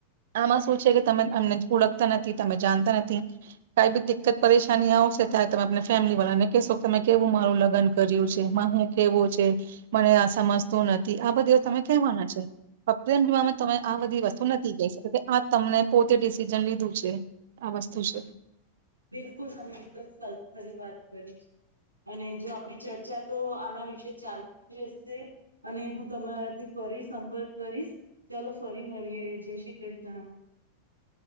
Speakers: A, on the right; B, on the right.
A: આમાં શું છે કે તમે અમને ઓળખતા નથી તમે જાણતા નથી કઈ બી દિકકત પરેશાની આવશે ત્યા્યારે તમે ફેમિલી વાળાને કેશો તમે કેવું મારું લગ્ન કર્યું છે હું કેવું છે મને આ સમજતું નથી આ બધી તમે કહેવાના છે પ્રેમ જીમાં તમે આ બધી વસ્તુ નથી કહી શ કે આ તમને પોતે ડિસિઝન લીધું છે આ વસ્તુ છે
B: બિલકુલ તમે એકદમ સરખરી વાત કરી છે અને જો આપડી ચર્ચા તો આના વિશે ચાલતી ડ્રે અને હું તમારાથી ફરી સંપર્ક કરીશ ચાલો ફરી મળીએ જય શ્રી કૃષ્ણ